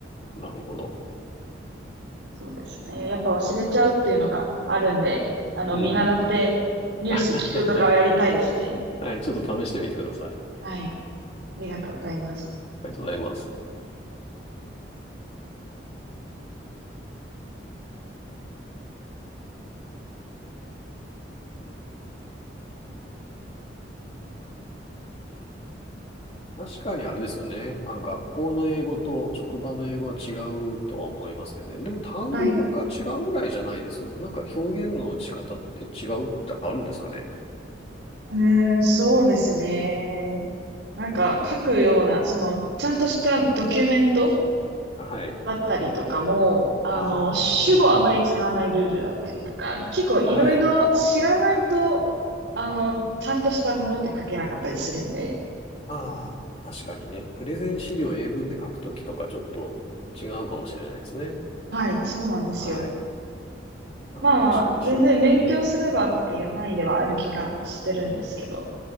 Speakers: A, on the left; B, on the right.
A: なるほど。
B: そうですね。やっぱ忘れちゃうっていうのがあるんで、あの、
A: うん。
B: 見習ってニュース聞くとかはやりたいですね。
A: <laughs> はい、ちょっと試してみてください。あ
B: はい。ありがとうございます。
A: りがとうございます。確かにあれですよね。あの、学校の英語と職場の英語は違うとは思いますけどね。でも単語が違うぐらいじゃないです。
B: はい。
A: なんか表現の仕方って違うってあるんですかね。
B: うーん、そうですね。なんか書くような、
A: うん。
B: その、ちゃんとしたドキュメント
A: はい。
B: だったりとかも、あの、
A: ああ、
B: 主語あまり使わないルールだったりとか、結構いろいろ知らないと、
A: はい。
B: あの、ちゃんとしたものって書けなかったりするんで、
A: ああ、確かにね。プレゼン資料を英文で書くときとかちょっと違うかもしれないですね。
B: はい、そうなんですよ。
A: はい。ああ、
B: まあまあ、
A: 確かにし、
B: 全然勉強すればっていう範囲ではある気がしてるんですけど、
A: うん。